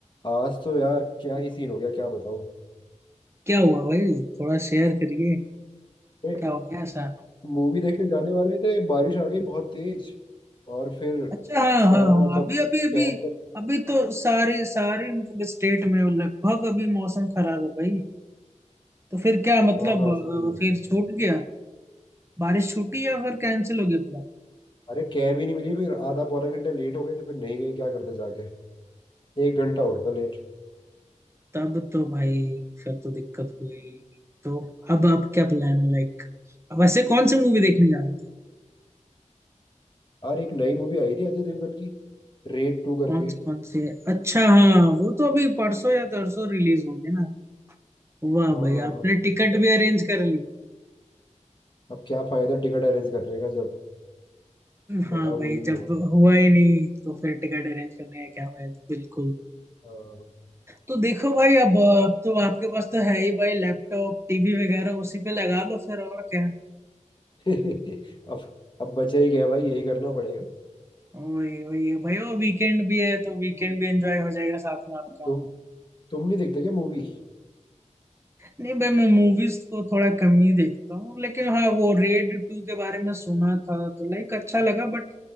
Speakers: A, on the left (about 40°); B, on the right (about 20°).
A: आज तो यार क्या
B: बिल्कुल।
A: ही सीन हो गया क्या बताऊं
B: क्या हुआ भाई थोड़ा शेयर करिए
A: ए
B: क्या हो गया ऐसा
A: मूवी देखने जाने वाले थे बारिश आ गई बहुत तेज और फिर
B: अच्छा हाँ
A: सारा
B: हाँ हाँ
A: मतलब
B: अभी अभी अभी
A: कैब
B: अभी तो सारी सारी मतलब स्टेट में लगभग अभी मौसम खराब है भाई तो फिर क्या मतलब
A: हाँ हाँ
B: अ,
A: सही बोल रहे
B: फिर
A: हो।
B: छूट गया बारिश छूटी या फिर कैंसिल हो गया प्लान
A: अरे कैब ही नहीं मिली फिर आधा पौना घंटा लेट हो गए थे फिर नहीं गए क्या करते जाके एक घंटा हो गया था लेट
B: तब तो भाई फिर तो दिक्कत हुई तो अब आप क्या प्लान है लाइक अब ऐसे कौन से मूवी देखने जा रहे थे
A: और एक नई मूवी आई थी अजय देवगन की रेड टू करके
B: कौन से कौन से अच्छा हाँ वो तो अभी परसों या तरसों रिलीज होंगे ना वाह
A: हाँ
B: भाई
A: हाँ
B: आपने
A: हाँ
B: टिकट भी अरेंज कर ली
A: अब क्या फायदा टिकट अरेंज करने का जब बताओ
B: हाँ भाई
A: वही नहीं
B: जब
A: हुआ
B: हुआ ही नहीं तो फिर टिकट अरेंज करने का क्या फायदा बिल्कुल
A: हाँ,
B: तो देखो भाई अब अब तो आपके पास तो है ही भाई लैपटॉप टीवी वगैरह उसी पे लगा लो फिर और क्या
A: <laughs> अब अब बचा ही गया भाई यही करना पड़ेगा
B: वही वही भाई वो वीकेंड भी है तो वीकेंड भी एंजॉय हो जाएगा साथ में आपका
A: तुम तुम नहीं देखते क्या मूवी
B: नहीं भाई मैं मूवीज को थोड़ा कम ही देखता हूँ लेकिन हाँ वो रेड टू के बारे में सुना था तो लाइक अच्छा लगा बट